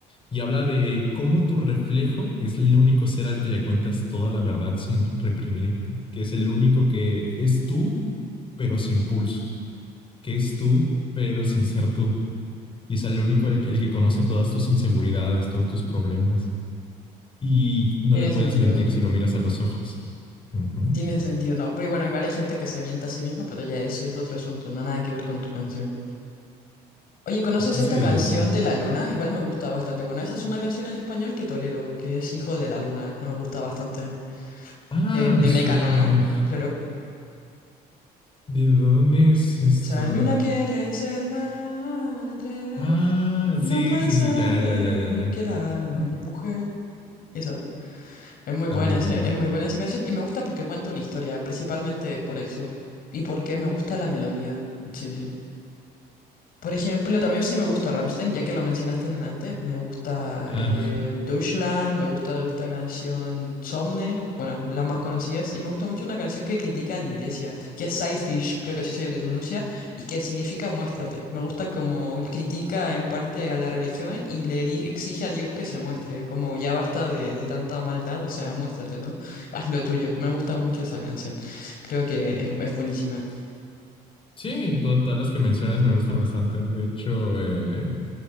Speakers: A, on the left; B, on the left.
A: y habla de cómo tu reflejo es el único ser al que le cuentas toda la verdad sin reprimirte, que es el único que es tú, pero sin pulso, que es tú, pero sin ser tú, y es el único el, el que conoce todas tus inseguridades, todos tus problemas, y no
B: Tiene
A: le puedes
B: sentido,
A: mentir
B: ¿no?
A: si lo miras a los ojos. Ujú.
B: Tiene sentido, ¿no? Pero bueno, igual hay gente que se mienta a sí misma, pero ya eso es otro asunto, no nada que ver con tu canción. Oye, ¿conoces esta
A: Sí,
B: canción
A: literalmente.
B: de La Luna? Igual me gusta bastante. Bueno, esa es una canción en español que tolero, que es Hijo de la Luna, que me gusta bastante.
A: Ah,
B: De, de
A: me suena.
B: Mecano, ¿no? Claro.
A: ¿De dónde es esto?
B: Esa luna quiere ser madre
A: Ah,
B: y
A: sí,
B: no puede
A: sí, sí, ya,
B: creer
A: ya, ya, ya, ya.
B: que la
A: Mm,
B: mujer. Eso. Es muy
A: Está
B: buena
A: muy buena.
B: ese, es muy buena esa canción y me gusta porque cuenta una historia, principalmente por eso. Y porque me gusta la melodía. Sí, sí. Por ejemplo, también sí me gusta Rammstein, ya que lo mencionaste en delante. Me gusta
A: Ah,
B: eh, Deutschland, me gusta esta canción Somne, bueno, las más conocidas. Y me gusta mucho una canción que critica a la iglesia, que es Sidefish, creo que así se pronuncia, y que significa muéstrate. Me gusta como él critica en parte a la religión y le di- exige a Dios que se muestre, como ya basta de, de tanta maldad, o sea, muéstrate, ¿no? Haz lo tuyo. Me gusta mucho esa canción. Creo que es, es buenísima.
A: sí, to- todas las que mencionas me gustan bastante. De hecho, eh,